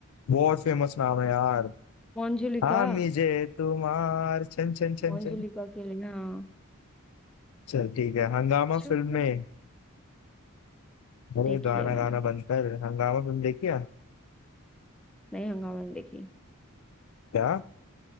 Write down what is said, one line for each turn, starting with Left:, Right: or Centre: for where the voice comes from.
Left: बहुत फेमस नाम है यार
Centre: मंजुलिका
Left: हाँ मुझे तुम्हार छन छन छन
Centre: मंजुलिका
Left: छन
Centre: के लिए हाँ
Left: चल ठीक है हंगामा
Centre: शुभ
Left: फिल्म में अरे
Centre: देखी
Left: गाना
Centre: है मैंने
Left: गाना बंद कर हंगामा फिल्म देखी है
Centre: नहीं हंगामा नहीं देखी
Left: क्या